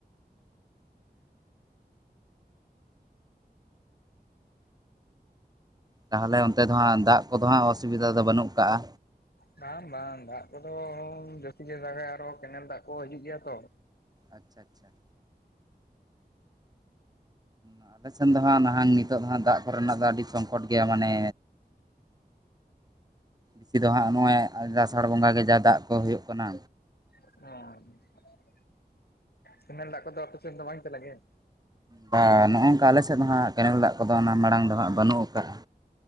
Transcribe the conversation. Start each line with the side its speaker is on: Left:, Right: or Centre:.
Right: ᱛᱟᱦᱚᱞᱮ ᱚᱱᱛᱮ ᱫᱚ ᱦᱟᱜ ᱫᱟᱜ ᱠᱚᱫᱚ ᱦᱟᱸᱜ ᱚᱥᱩᱵᱤᱫᱟ ᱫᱚ ᱵᱟᱹᱱᱩᱜ ᱠᱟᱜ - ᱟ
Left: ᱵᱟᱝ ᱵᱟᱝ ᱫᱟᱜ ᱠᱚᱫᱚ ᱡᱟᱹᱥᱛᱤ ᱡᱟᱭᱜᱟ ᱨᱮ ᱟᱨᱚ ᱠᱮᱱᱮᱞ ᱫᱟᱜ ᱠᱚ ᱦᱤᱡᱩᱜ ᱜᱮᱭᱟ ᱛᱚ
Right: ᱟᱪᱪᱷᱟ ᱟᱪᱪᱷᱟ ᱟ ᱟᱞᱮᱮᱥᱱ ᱫᱚ ᱦᱟᱸᱜ ᱱᱟᱦᱟᱜ ᱱᱤᱛᱚᱜ ᱫᱚ ᱦᱟᱜ ᱫᱟᱜ ᱠᱚᱨᱮᱱᱟᱜ ᱫᱚ ᱟᱹᱰᱤ ᱥᱚᱝᱠᱚᱴ ᱜᱮᱭᱟ ᱢᱟᱱᱮ <unintelligible> ᱫᱚ ᱦᱟᱸᱜ ᱱᱚᱜᱼᱚᱭ ᱟᱥᱟᱲ ᱵᱚᱸᱜᱟ ᱜᱮ ᱡᱟ ᱫᱟᱜ ᱠᱚ ᱦᱩᱭᱩᱜ ᱠᱟᱱᱟ
Left: ᱚ ᱠᱮᱱᱮᱞ ᱫᱟᱜ ᱠᱚᱫᱚ ᱟᱯᱮ ᱥᱮᱫ ᱫᱚ ᱵᱟᱝ ᱪᱟᱞᱟᱜ ᱜᱮ
Right: ᱵᱟ ᱱᱚᱜᱼ ᱱᱚᱝᱠᱟ ᱟᱞᱮᱮᱥᱮᱫ ᱫᱚ ᱦᱟᱸᱜ ᱠᱮᱱᱮᱞ ᱫᱟᱜ ᱠᱚᱫᱚ ᱚᱱᱟ ᱢᱟᱲᱟᱝ ᱫᱚ ᱦᱟᱸᱜ ᱵᱟᱹᱱᱩᱜ ᱟᱠᱟᱜᱼᱟ